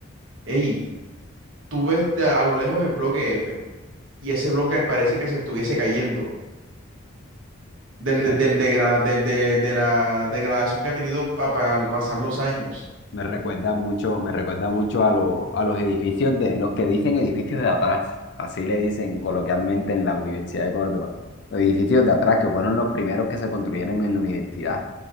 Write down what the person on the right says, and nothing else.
Ey, tú ves de a, a lo lejos el bloque F y ese bloque parece que se estuviese cayendo del, del,
del degra- del- de, de la degradación que ha tenido pa- pa- al pasar los años.